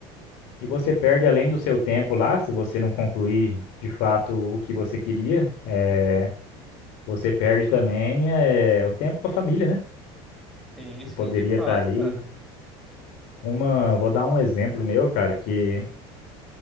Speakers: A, on the left; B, in the centre.
A: E você perde além do seu tempo lá, se você não concluir de fato o que você queria, eh, você perde também eh, o tempo com a família, né?
B: Sim,
A: Você
B: sim,
A: poderia
B: de fato,
A: estar ali.
B: cara.
A: Uma, vou dar um exemplo meu, cara, que